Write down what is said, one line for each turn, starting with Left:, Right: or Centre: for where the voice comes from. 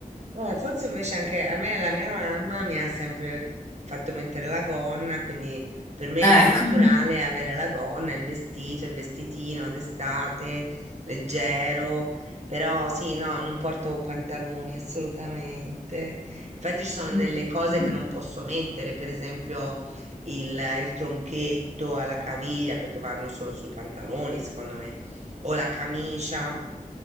Right: Eh, forse invece anche a me la mia mamma mi ha sempre fatto mettere la gonna, quindi per me
Left: Ecco.
Right: è naturale avere la gonna, il vestito, il vestitino d'estate, leggero, però sì, no, non porto pantaloni assolutamente. Infatti ci sono
Left: Mm,
Right: delle cose
Left: mm,
Right: che non posso mettere, per esempio il, il tronchetto alla caviglia perché vanno solo sui pantaloni, secondo me, o la camicia.